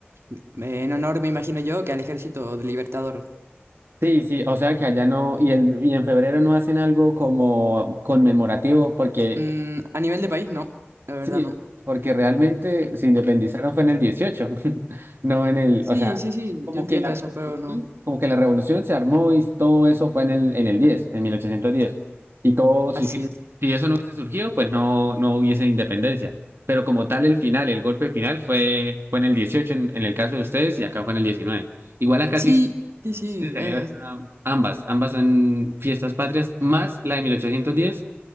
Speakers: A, on the right; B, on the right.
A: Eh, En honor, me imagino yo, que al Ejército Libertador.
B: Sí, sí, o sea que allá no, y, el, y en febrero no hacen algo como conmemorativo, porque
A: Mm, a nivel de país, no, la verdad
B: Sí,
A: no.
B: porque realmente se independizaron fue en el 18, <laughs> no en el,
A: Sí,
B: o sea,
A: sí, sí,
B: como
A: yo entiendo
B: que la revolución,
A: eso, pero no.
B: como que la revolución se armó y todo eso fue en el en el 10, en mil ochocientos diez Y todo surgió.
A: Así es.
B: Si eso no hubiese surgido, pues no no hubiese independencia. Pero como tal el final, el golpe final fue fue en el 18 en, en el caso de ustedes y acá fue en el 19. Igual acá
A: Sí,
B: sí
A: sí, sí.
B: se celebra
A: eh,
B: ambas, ambas son fiestas patrias más la de mil ochocientos diez